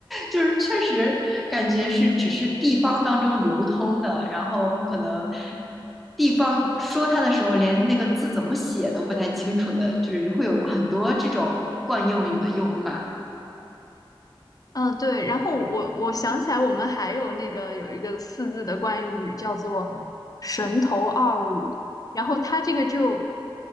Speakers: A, in the centre; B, on the left.
A: 就是确实感觉是只是地方当中流通的，然后可能地方说它的时候，连那个字怎么写都不太清楚的，就是会有很多这种惯用语的用法。
B: 嗯，对，然后我我想起来，我们还有那个有一个四字的惯用语叫做“神头二五”，然后它这个就